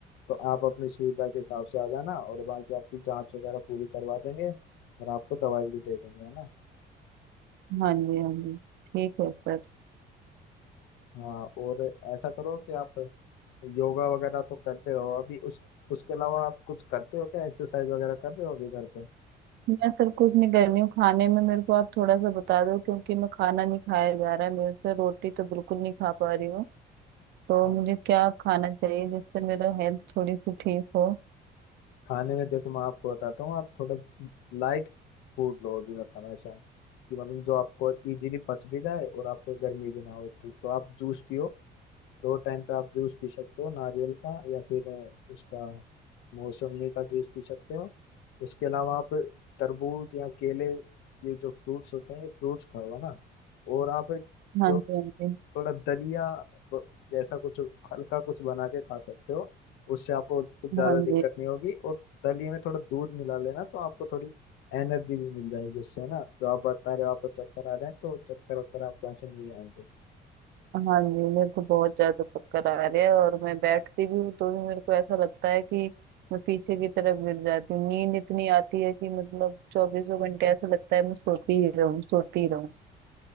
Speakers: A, on the left; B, on the right.
A: तो आप अपनी सुविधा के हिसाब से आ जाना और बाकी आपकी जांच वगैरह पूरी करवा देंगे और आपको दवाई भी दे देंगे है ना
B: हाँ जी हाँ जी ठीक है सर
A: हाँ और ऐसा करो कि आप योगा वगैरह तो करते रहो अभी उस उसके अलावा आप कुछ करते हो क्या एक्सरसाइज वगैरह कर रहे हो अभी घर पे
B: मैं सर कुछ नहीं कर रही हूँ खाने में मेरे को आप थोड़ा सा बता दो क्योंकि मैं खाना नहीं खाया जा रहा है मेरे से रोटी तो बिल्कुल नहीं खा पा रही हूँ तो
A: अच्छा
B: मुझे क्या खाना चाहिए जिससे मेरा हेल्थ थोड़ी सी ठीक हो
A: खाने में देखो मैं आपको बताता हूँ आप थोड़ा लाइट फूड लो अभी मतलब ऐसा है कि मतलब जो आपको इजीली पच भी जाए और आपको गर्मी भी ना होती तो आप जूस पियो दो टाइम पे आप जूस पी सकते हो नारियल का या फिर अ, उसका मौसमी का जूस पी सकते हो उसके अलावा आप तरबूज या केले ये जो फ्रूट्स होते हैं ये फ्रूट्स खाओ है ना और आप जो
B: हाँ जी हाँ जी
A: थोड़ा दलिया ब- जैसा कुछ हल्का कुछ बना के खा सकते हो उससे आपको कुछ ज्यादा
B: हाँ
A: दिक्कत
B: जी
A: नहीं होगी और दलिए में थोड़ा दूध मिला लेना तो आपको थोड़ी एनर्जी भी मिल जाएगी उससे ना तो आप बता रहे हो आपको चक्कर आ रहे हैं तो चक्कर वक्कर आपको ऐसे नहीं आएंगे
B: हाँ जी मेरे को बहुत ज्यादा चक्कर आ रहे हैं और मैं बैठती भी हूँ तो भी मेरे को ऐसा लगता है कि मैं पीछे की तरफ गिर जाती हूँ नींद इतनी आती है कि मतलब चौबीसों घंटे ऐसा लगता है मैं सोती ही रहूँ सोती ही रहूँ